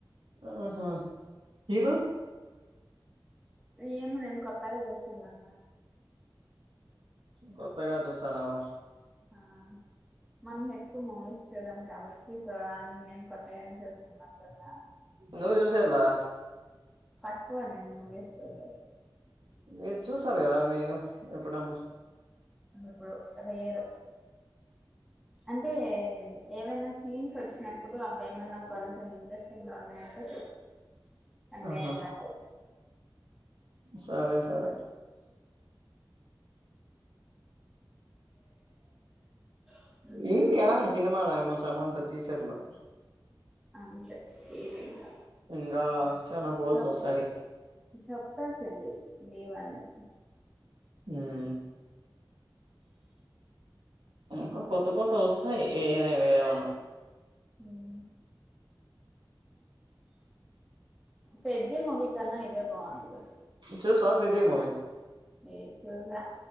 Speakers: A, on the right; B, in the centre.
A: ఆహా ఇవ
B: ఏమో నేను కొత్తగా చూస్తున్నాను
A: కొత్తగా చూస్తానవా
B: ఆ మల్ల ఎక్కువ మూవీస్ చూడం కాబట్టి సో నేను కొత్తగానే చస్తుానుటు ఉన్నా
A: నువ్ చూసే ఎలా
B: పక్కువ నండి వేస్ట్ వంటంది
A: మీరు చూసారు కదా మీరు ఎప్పుడన్నా
B: ఇప్పుడు వేరు అంటే ఏమైనా సీన్స్ వచ్చినప్పుడు అవి ఏమన్నా కొంచ చాలా ఇంట్రెస్టింగ్ ఉన్నాయంటే
A: అహ
B: లేదా
A: సరే సరే
B: అంటున్నారు
A: ఇంకెవరు అడ సినిమాలో అయమ్మ సమంత తీసర్లో
B: అంట <inaudible>
A: ఇంగా చానా పోల్స్
B: చెప్
A: వస్తాది
B: చెప్పేసింది లీవ్ అనేసి
A: మ్మ్ ఇంకా కొత్త కొత్త ఆస్ సరే ఏమైన <inaudible>
B: మ్మ్ పెద్ది మూవీ కన్నా ఇదే బాగుంది
A: చూసావా పెద్ది మూవీ
B: ఏ చూలే